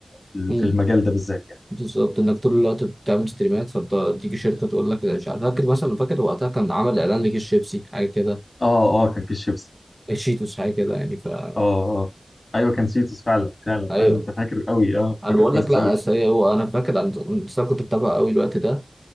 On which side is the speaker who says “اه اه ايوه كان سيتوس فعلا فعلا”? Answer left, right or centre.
Left